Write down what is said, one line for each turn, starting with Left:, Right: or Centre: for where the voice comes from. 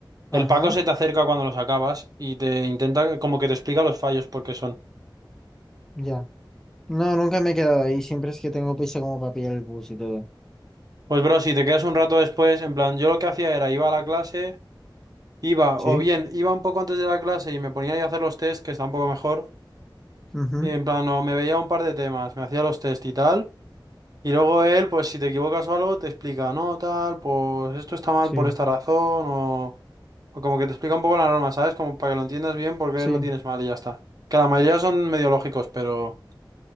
Centre: Ajá,
Right: el Paco se te acerca cuando los acabas y te intenta, como que te explica los fallos porque son.
Centre: ya. No, nunca me he quedado ahí. Siempre es que tengo prisa como para pillar el bus y todo.
Right: Pues bro, si te quedas un rato después, en plan, yo lo que hacía era iba a la clase, iba,
Centre: ¿Sí?
Right: o bien iba un poco antes de la clase y me ponía ahí a hacer los test, que está un poco mejor,
Centre: Ujú,
Right: y en plan, o me veía un par de temas, me hacía los test y tal. Y luego él, pues si te equivocas o algo, te explica, no, tal, pues esto está mal
Centre: Sí,
Right: por esta razón, o, o como que te explica un poco la norma, ¿sabes? Como para que lo entiendas bien porque
Centre: sí,
Right: lo tienes mal y ya está. Que la mayoría son medio lógicos, pero